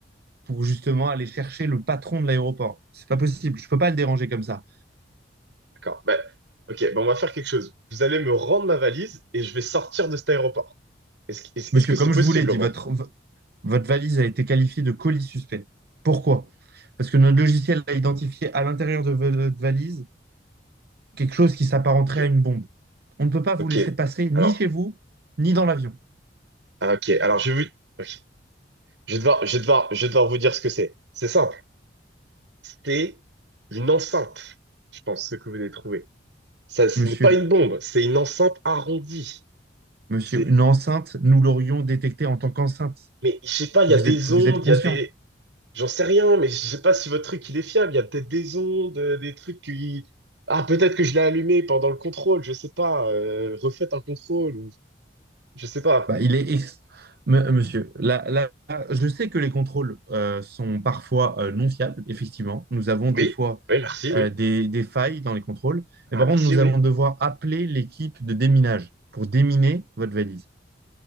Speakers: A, on the right; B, on the right.
A: pour justement aller chercher le patron de l'aéroport. C'est pas possible. Je peux pas le déranger comme ça.
B: D'accord. Ben, ok, ben on va faire quelque chose. Vous allez me rendre ma valise et je vais sortir de cet aéroport. Est-ce, que- est-ce,
A: Monsieur,
B: est-ce que c'est
A: comme
B: possible
A: je vous l'ai dit,
B: au moins?
A: votre, v- votre valise a été qualifiée de colis suspect. Pourquoi? Parce que notre logiciel a identifié à l'intérieur de votre valise quelque chose qui s'apparenterait
B: Ok,
A: à une bombe. On ne peut pas
B: ok.
A: vous laisser passer ni
B: Alors,
A: chez vous, ni dans l'avion.
B: ah, ok. Alors, je vais vous... ok. Je vais devoir, je vais devoir, je vais devoir vous dire ce que c'est. C'est simple. C'est une enceinte, je pense, ce que vous avez trouvé. Ça, ce
A: Monsieur,
B: n'est pas une bombe, c'est une enceinte arrondie.
A: Monsieur,
B: C'est,
A: une enceinte, nous l'aurions détectée en tant qu'enceinte.
B: mais je sais pas, il
A: Vous
B: y a des
A: êtes, vous
B: ondes,
A: êtes conscient.
B: il y a des, J'en sais rien, mais je sais pas si votre truc il est fiable. Il y a peut-être des ondes, euh, des trucs qui. Ah, peut-être que je l'ai allumé pendant le contrôle, je sais pas. euh, refaites un contrôle, ou je sais pas.
A: Bah, il est ex- M- Monsieur, là, là, là, je sais que les contrôles euh, sont parfois euh, non fiables, effectivement. Nous avons des
B: Oui,
A: fois
B: oui, merci, oui.
A: euh, des, des failles dans les contrôles.
B: Ah,
A: Et par
B: merci,
A: contre, nous
B: oui.
A: allons devoir appeler l'équipe de déminage pour déminer votre valise.